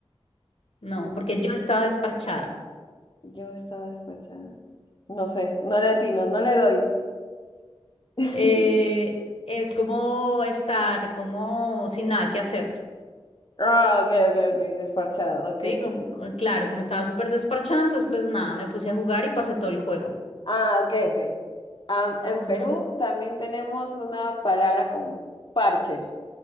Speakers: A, on the left (about 85°); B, on the left (about 50°).
A: No, porque yo estaba desparchada.
B: Yo estaba desparchada. No sé, no le atino, no le doy. <laughs>
A: Eh, es como estar como sin nada que hacer,
B: Ah, ok, ok, ok, desparchado, ok.
A: ¿sí? Como- como- claro, como estaba súper desparchada, entonces pues nada, me puse a jugar y pasé todo el juego.
B: Ah, ok, ok. Am, en
A: Ujú,
B: Perú también tenemos una palabra con parche,